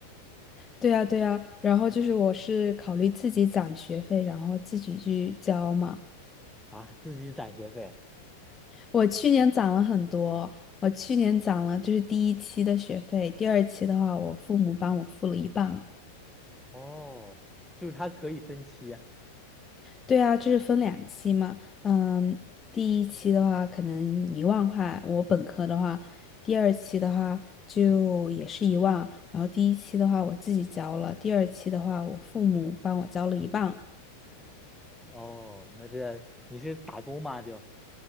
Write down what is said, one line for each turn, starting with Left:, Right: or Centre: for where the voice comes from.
Left: 对呀，对呀，然后就是我是考虑自己攒学费，然后自己去交嘛。
Centre: 啊，自己攒学费。
Left: 我去年攒了很多，我去年攒了就是第一期的学费，第二期的话我父母帮我付了一半。
Centre: 哦，就是它可以分期啊。
Left: 对啊，就是分两期嘛。嗯，第一期的话可能一万块，我本科的话，第二期的话就也是一万，然后第一期的话我自己交了，第二期的话我父母帮我交了一半。
Centre: 哦，那这你是打工吗？就。